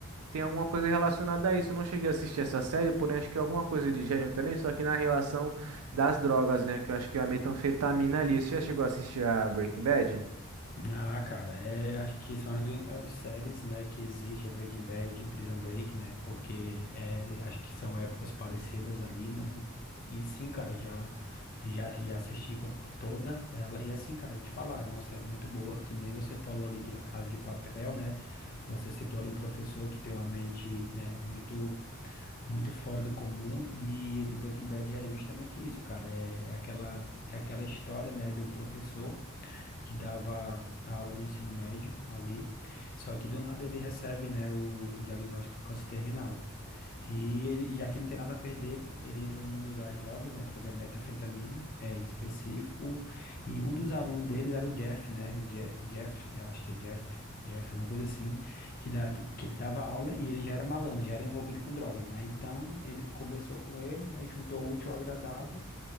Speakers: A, on the right; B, on the left.
A: tem alguma coisa relacionada a isso. Eu não cheguei a assistir essa série, porém acho que é alguma coisa de gênero também, só que na relação das drogas, né? Que eu acho que é a metanfetamina ali. Você já chegou a assistir a Breaking Bad?
B: Ah, cara, é, acho que são as duas maiores séries, né, que existe, a Breaking Bad e Prison Break, né, porque é, acho que são épocas parecidas ali, né, e, e sim, cara, já, já, já assisti com toda ela, e assim, cara, eu vou te falar, é uma série muito boa, que nem você falou ali de La Casa de Papel, né, você citou ali o professor que tem uma mente, né, muito, muito fora do comum, e do Breaking Bad é justamente isso, cara, é, é aquela, é aquela história, né, do professor, que dava a aula no ensino médio ali. Só que do nada ele recebe, né, o, o diagnóstico com câncer terminal. E ele, já que ele não tem nada a perder, ele, ele entra no mundo das drogas, né, de fazer metanfetamina, é, em específico. E um dos alunos deles era o Jeff, né, o Je Jeff, eu acho que é Jeff. Jeff, alguma coisa assim, que, dá, que, que ele dava aula e ele já era malandro, já era envolvido com drogas, né? Então, ele conversou com ele, né? Juntou o útil ao agradável